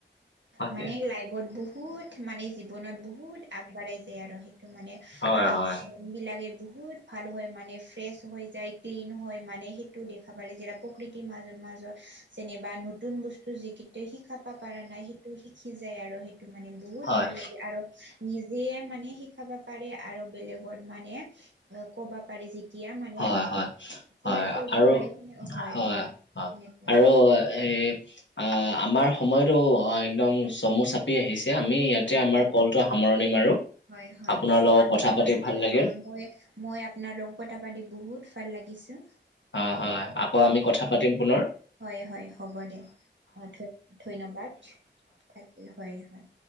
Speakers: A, on the left; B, on the right.
A: তাকে
B: মানে লাইভত বহুত মানে জীৱনত বহুত আগবাঢ়াই যায় আৰু সেইটো মানে,
A: হয়
B: আৰম্ভ
A: হয়
B: বিলাকে বহুত ভাল হয় মানে ফ্ৰেছ হৈ যায় ক্লিন হয় মানে সেইটো দেখ খাবালে যে প্ৰকৃতিৰ মাজত মাজত যেনেবা নতুন বস্তু যিকেইট শিকাবা পাৰা নাই, সেইটো শিকি যায় আৰু সেই টো মানে বহুত
A: হয়
B: ভাল লাগে, আৰু নিজে মানে শিকাব পাৰে আৰু বেলেগত মানে, কবা যেতিয়া মানে,
A: হয় হয় হয়
B: ইয়াৰ কৰিব
A: আৰু
B: পাৰে, হয়-হয়
A: হয় হয়
B: <unintelligible>
A: আৰু এ আ আমাৰ সময়তো, অ একদম চমু চাপি আহিছে। আমি ইয়াতে
B: হয়
A: আমাৰ
B: হয়
A: কলটো সামৰণি মাৰো।
B: হয় হয়,
A: আপোনাৰ লগত
B: আমি
A: কথা
B: আলোচনা
A: পাতি ভাল
B: <unintelligible>
A: লাগিল।
B: অ মই মই আপোনাৰ লগত কতা পাতি বহুত ভাল লাগিছোঁ।
A: হয় হয়, আকৌ আমি কথা পাতিম পুনৰ।
B: হয় হয়, হ'ব দে, অ ধ ধন্যবাদ থাকিল, হয় হয়।